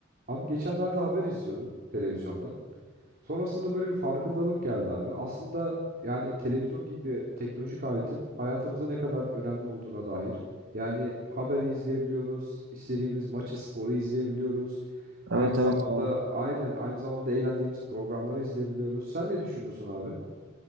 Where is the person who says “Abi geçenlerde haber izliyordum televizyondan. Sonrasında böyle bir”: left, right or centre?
Right